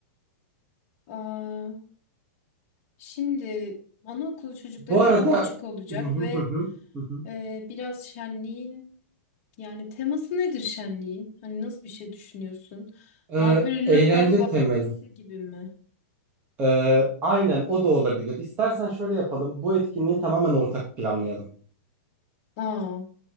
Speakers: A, on the left (about 35°); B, on the right (about 20°).
A: Aa, şimdi anaokulu çocukları
B: Bu arada
A: daha küçük olacak
B: Hı hı
A: ve
B: hı hı, hı hı.
A: e, biraz şenliğin Yani teması nedir şenliğin? Hani nasıl bir şey düşünüyorsun?
B: E,
A: Daha böyle
B: eğlence
A: Luna Park varimsi
B: temeli.
A: gibi mi?
B: E, aynen o da olabilir. İstersen şöyle yapalım. Bu etkinliği tamamen ortak planlayalım.
A: Aa,